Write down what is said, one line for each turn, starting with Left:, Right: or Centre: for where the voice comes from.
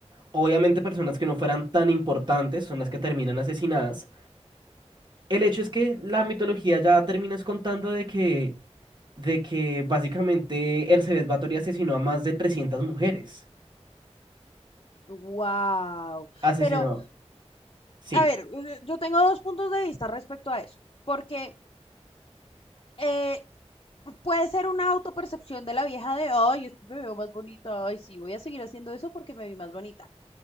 Right: Obviamente personas que no fueran tan importantes son las que terminan asesinadas. El hecho es que la mitología ya terminas contando de que, de que básicamente Ercebet Báthory asesinó a más de 300 mujeres.
Left: Wow.
Right: Asesinó.
Left: Pero,
Right: Sí,
Left: a ver, eh, yo tengo dos puntos de vista respecto a eso. Porque eh, puede ser una autopercepción de la vieja de, ay, es que me veo más bonita, ay, sí, voy a seguir haciendo eso porque me vi más bonita.